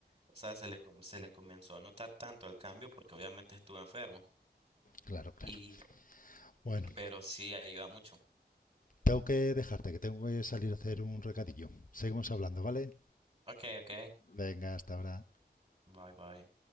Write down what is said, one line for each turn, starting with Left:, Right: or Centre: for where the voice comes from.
Right: o sea, se le, com- se le comenzó a notar tanto el cambio porque obviamente estuvo enfermo.
Left: Claro, claro.
Right: Y,
Left: Bueno,
Right: pero sí ayuda mucho.
Left: tengo que dejarte, que tengo que salir a hacer un recadillo. Seguimos hablando, ¿vale?
Right: Ok, ok.
Left: Venga, hasta ahora.
Right: Bye, bye.